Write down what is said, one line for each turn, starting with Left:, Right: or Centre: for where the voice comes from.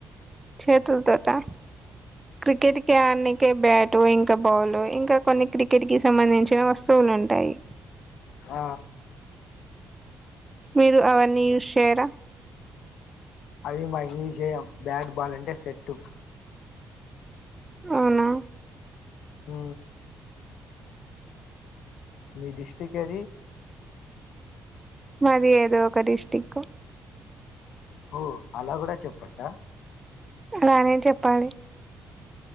Right: చేతుల తోటా క్రికెట్కి అన్ని ఇంకే బ్యాటు ఇంకా బాల్ ఇంకా కొన్ని క్రికెట్ కి సంబంధించిన వస్తువులు ఉంటాయి
Left: ఆ
Right: మీరు అవన్నీ యూస్ చేయరా
Left: అది మాకు ఈ విషయం బ్యాట్ బాల్ అంటే సెట్టు
Right: అవునా
Left: హ మీ దిష్టికి అది
Right: మాది ఏదో ఒక డిస్ట్రిక్ట్
Left: ఓ అలా కూడా చెప్పచ్చా
Right: అలానేే చెప్పాలి